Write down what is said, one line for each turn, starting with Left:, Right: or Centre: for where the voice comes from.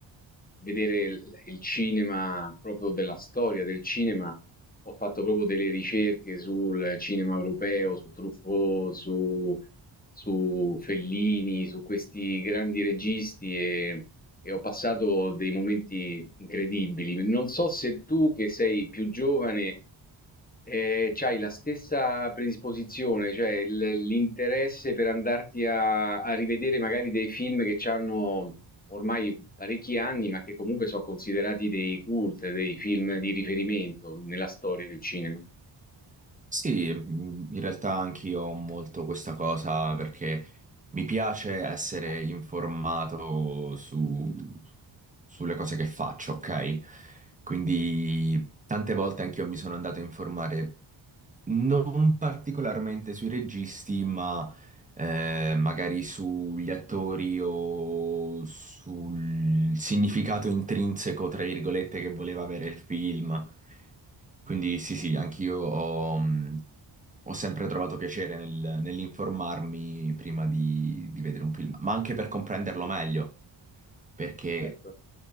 Left: vedere il, il cinema proprio della storia del cinema, ho fatto proprio delle ricerche sul cinema europeo, su Truffaut, su, su Fellini, su questi grandi registi e, e ho passato dei momenti incredibili. Non so se tu, che sei più giovane, eh, hai la stessa predisposizione, cioè il- l'interesse per andarti a, a rivedere magari dei film che hanno ormai parecchi anni, ma che comunque sono considerati dei cult, dei film di riferimento nella storia del cinema.
Right: Sì, mh, in realtà anch'io ho molto questa cosa perché mi piace essere
Left: Ah,
Right: informato su, sulle cose che faccio, ok? Quindi tante volte anch'io mi sono andato a informare non particolarmente sui registi, ma eh, magari sugli attori o sul significato intrinseco, tra virgolette, che voleva avere il film. Quindi sì, sì, anch'io ho, mh, ho sempre trovato piacere nel- nell'informarmi prima di, di vedere un film, ma anche per comprenderlo meglio perché
Left: Certo,